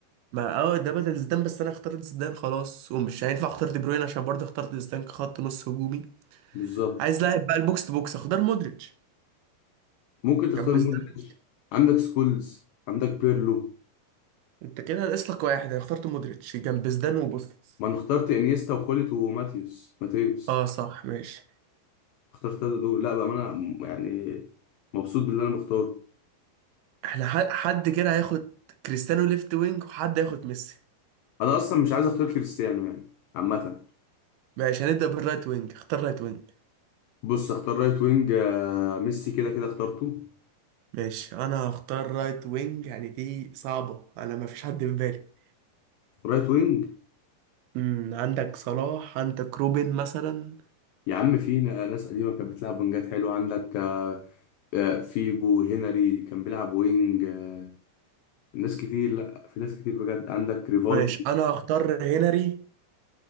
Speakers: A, on the right (about 75°); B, on the left (about 80°).
A: ما اه ده بدل زيدان بس انا اخترت زيدان خلاص ومش هينفع اختار دي بروين عشان برضه اخترت زيدان كخط نص هجومي
B: بالظبط
A: عايز لاعب بقى البوكس تو بوكس اختار مودريتش
B: ممكن تختار
A: جنب زيدان
B: مودريتش
A: وبوسكيتس.
B: عندك سكولز عندك بيرلو
A: انت كده ناقص لك واحد انا اخترت مودريتش جنب زيدان وبوسكيتس
B: ما انا اخترت انيستا وخولت وماتيوس ماتيوس
A: اه صح ماشي
B: اخترت التلاته دول لا بقى ما انا م- يعني مبسوط باللي انا مختاره
A: احنا ح- حد كده هياخد كريستيانو ليفت وينج وحد هياخد ميسي
B: انا اصلا مش عايز اختار كريستيانو يعني عامه
A: ماشي هنبدأ بالرايت وينج اختار رايت وينج
B: بص اختار رايت وينج آه، ميسي كده كده اخترته
A: ماشي انا هختار رايت وينج يعني دي صعبة انا ما فيش حد في بالي
B: رايت وينج
A: امم عندك صلاح عندك روبن مثلا
B: يا عم في ن- آه، ناس قديمة كانت بتلعب وينجات حلوة عندك آه، آه، فيجو هنري كان بيلعب وينج آه، ناس كتير لا في ناس كتير بجد عندك ريفالدو
A: ماشي انا هختار هنري